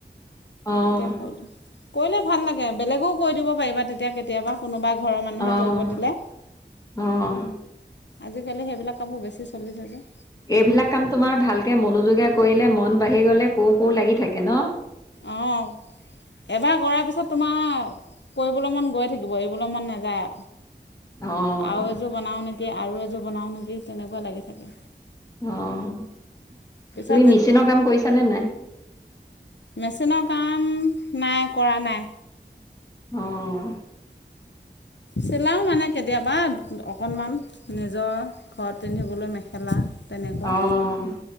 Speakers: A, on the left; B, on the left.
A: অ',
B: তেতিয়া কৈ দিম, কৰিলে ভাল লাগ কে বেলেগেও কৈ দিব অ', এইবাৰ তেতিয়া কেতিয়াবা কোনোবাই ঘৰৰ মানুহে
A: অ',
B: কৰিব দিলে
A: অ',
B: আজিকালি সেইবিলাক কাপোৰ বেছ চল্লিছ হাজাৰ।
A: এইবিলাক কাম তোমাৰ ভালকে মনোযোগে কৰিলে মন বাঢ়ি গলে, কো-কৌ লাগি থাকে ন?
B: অঁ এবাৰ কৰাৰ পিছত তোমাৰ কৰিবলৈ মান গৈ থাকিব এৰিবলৈ মন নাযায়
A: অ',
B: আৰু এযোৰ বনাও নেকি আৰু এযোৰ বনাওঁ নেকি তেনেকুৱা লাগি থাকে।
A: অ'
B: পিছত
A: তুমি মেচিনৰ কাম কৰিছানে নাই?
B: মেচিন কাম না কৰা নাই।
A: আহ
B: চিলাও মানে কেতিয়াবা, অকণমান নিজৰ ঘৰত পিন্ধিবলৈ লা তেনেকুৱা,
A: অ',